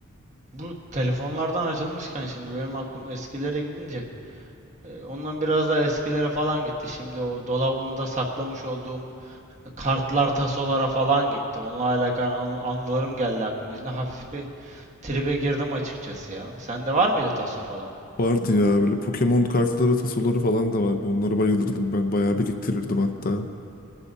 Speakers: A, on the right; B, on the left.
A: Bu telefonlardan açılmışken şimdi benim aklım eskilere gidince e, ondan biraz daha eskilere falan gitti. Şimdi o dolabımda saklamış olduğum kartlar tasolara falan gitti. Onunla alakalı anı- anılarım geldi aklıma. Şimdi hafif bir tribe girdim açıkçası ya. Sende var mıydı taso falan?
B: Vardı ya böyle Pokemon kartları, tasoları falan da vardı. Onlara bayılırdım ben. Bayağı biriktirirdim hatta.